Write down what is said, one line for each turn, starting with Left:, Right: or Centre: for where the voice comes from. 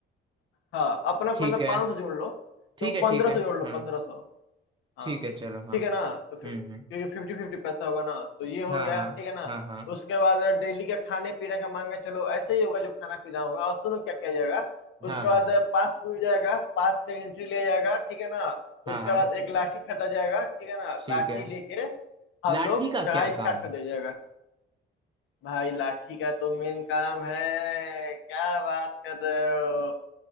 Left: हाँ अपना मतलब
Right: ठीक है
Left: पाँच सौ जोड़ लो
Right: ठीक
Left: तो पंद्रह
Right: है ठीक है
Left: सौ जोड़ लो
Right: हाँ
Left: पंद्रह सौ हाँ
Right: ठीक है चलो हाँ
Left: ठीक है ना तो फिर-
Right: हम्म
Left: क्योंकि
Right: हम्म
Left: फिफ्टी फिफ्टी पैसा होगा ना तो ये हो
Right: हाँ
Left: गया
Right: हाँ
Left: ठीक है ना
Right: हाँ हाँ
Left: उसके बाद डेली का खाने पीने का मांगा चलो ऐसे ही होगा जो खाना पीना होगा और सुनो क्या किया जाएगा
Right: हाँ
Left: उसके
Right: हाँ
Left: बाद पास मिल जाएगा पास से एंट्री लिया जाएगा ठीक है ना
Right: हाँ
Left: उसके
Right: हाँ
Left: बाद एक लाठी खरीदा जाएगा ठीक है ना
Right: ठीक
Left: लाठी
Right: है
Left: लेके हम
Right: लाठी
Left: लोग
Right: का
Left: चढ़ाई
Right: क्या
Left: स्टार्ट
Right: काम
Left: कर दिया जाएगा भाई लाठी का तो मेन काम है क्या बात कर रहे हो